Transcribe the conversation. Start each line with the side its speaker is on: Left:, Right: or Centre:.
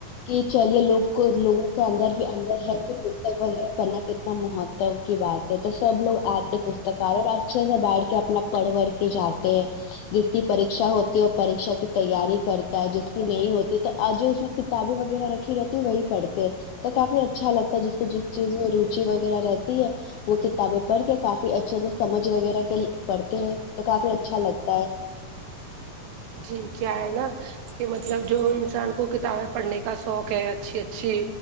Left: کہ چلیے لوگ کو لوگوں کو اندر بھی اندر ہے کہ پستک وغیرہ پڑھنا کت مہتو کی بات ہے تو سب لوگ آتے پستکال اور اچھے سے بایٹ ٹھ کہ اپنا پڑھ وڑھ کے جاتے ہیں جس کی پریکشا ہوتی ہے وہ پریکشا کی تیاری کرتا ہے جس کی نہیں ہوتی تو آج اس وقت کتابیں وغیرہ رکھی رہتی وہی پڑتے ہے تو کافی اچھا لگتا ہے جس کو جس چیز میں روچی وغیرہ رہتی ہے وہ کتابیں پڑھ کے کافی اچھے سے سمجھ وغیرہ کے کرتے ہیں تو کافی اچھا لگتا ہے
Right: جی کیا ہے نا کہ مطلب جو انسان کو کتابیں پڑھنے کا شوق ہے اچھی اچھی